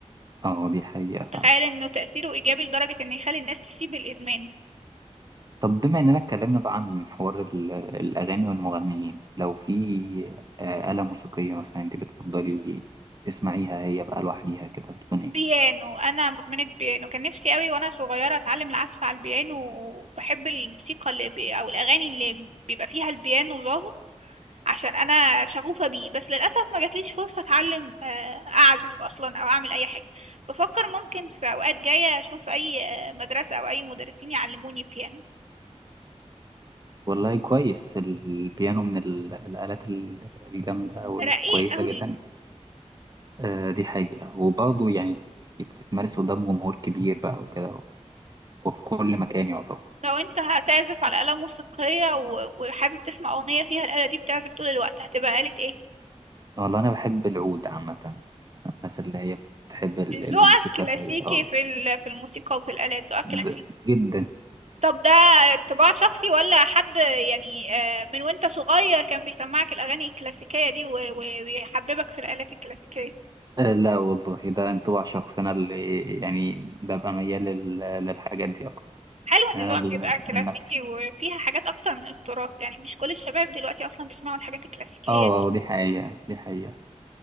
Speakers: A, on the right; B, on the right.
A: اه دي حقيقة فعلا
B: تخيل انه تأثيره ايجابي لدرجة انه يخلي الناس تسيب الادمان
A: طب بما إننا اتكلمنا بقى عن حوار ال- الأغاني والمغنيين لو في آه، آلة موسيقية مثلا أنت بتفضلي تسمعيها هي بقى لوحديها كده بتكون إيه؟
B: بيانو انا مدمنة بيانو كان نفسي قوي وانا صغيرة اتعلم العزف على البيانو وبحب الموسيقى اللي بي... او الاغاني اللي بيبقى فيها البيانو ظاهر عشان انا شغوفه بيه بس للاسف ما جاتليش فرصه اتعلم آه، اعزف اصلا او اعمل اي حاجه بفكر ممكن في اوقات جايه اشوف اي آه، مدرسه او اي مدرسين يعلموني بيانو
A: والله كويس البيانو من ال- الآلات ال- الجامدة والكويسة
B: رقيق قوي
A: جدا آه، دي حقيقة وبرضه يعني بتتمارس قدام جمهور كبير بقى وكده وفي كل مكان يعتبر
B: لو انت هتعزف على آلة موسيقية و- وحابب تسمع أغنية فيها الآلة دي بتعزف طول الوقت هتبقى آلة ايه؟
A: والله أنا بحب العود عامة الناس اللي هي بتحب ال- الموسيقى
B: ذوقك كلاسيكي
A: اللي هي اه
B: في ال- في الموسيقى وفي الآلات ذوقك كلاسيكي
A: د- جدا
B: طب ده طباع شخصي ولا حد يعني آه، من وانت صغير كان بيسمعك الأغاني الكلاسيكية دي و- و- ويحببك في الآلات الكلاسيكية
A: آه، لا والله ده انطباع شخصي أنا اللي يعني ببقى ميال لل- للحاجات دي أكتر
B: حلو
A: يعني
B: ان
A: أنا
B: ذوقك
A: ال-
B: يبقى كلاسيكي
A: من نفسي
B: وفيها حاجات اكتر من التراث يعني مش كل الشباب دلوقتي اصلا بيسمعوا الحاجات الكلاسيكية
A: اه
B: دي
A: آه، دي حقيقة دي حقيقة